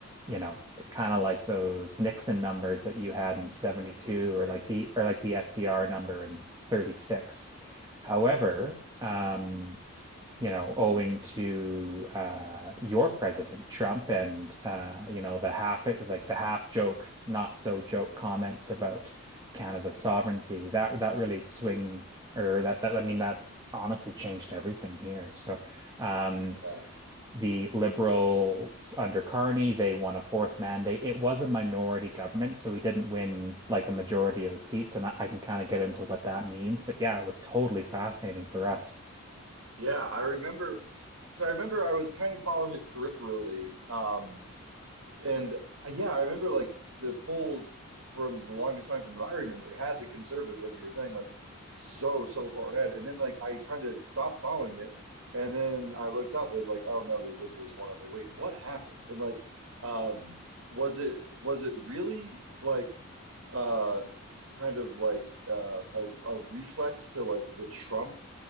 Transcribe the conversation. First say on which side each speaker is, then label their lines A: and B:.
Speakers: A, on the right (about 15°); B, on the right (about 70°).
A: you know, kind of like those Nixon numbers that you had in 72
B: Sure.
A: or like the or like the FDR number in 36. However,
B: Yeah.
A: um, you know, owing to uh, your president, Trump, and uh, you know, the half like the half joke, not so joke comments about Canada's sovereignty. That that really swing or that that I mean that honestly changed everything here. So um,
B: Yeah.
A: the Liberals under Carney, they won a fourth mandate. It was a minority government, so he didn't win like a majority of the seats, and I I can kind of get into what that means. But yeah, it was totally fascinating for us.
B: Yeah. I remember. So I remember I was kind of following it peripherally. Um, And uh, yeah, I remember like the polls from the longest time from what I remember had the conservatives, like you were saying, like so, so far ahead. And then like I kind of stopped following it. And then I looked up, I was like, oh no, the liberals won. I was like, wait, what happened? And like, um, was it was it really like uh kind of like uh a, a reflex to like the Trump